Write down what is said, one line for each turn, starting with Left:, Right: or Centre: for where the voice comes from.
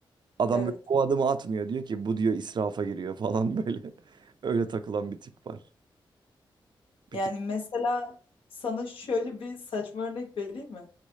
Right: Adam
Left: evet.
Right: böyle o adımı atmıyor diyor ki bu diyor israfa giriyor falan <laughs> böyle. Öyle takılan bir tip var.
Left: Yani
Right: Bir tık
Left: mesela sana şöyle bir saçma örnek vereyim mi?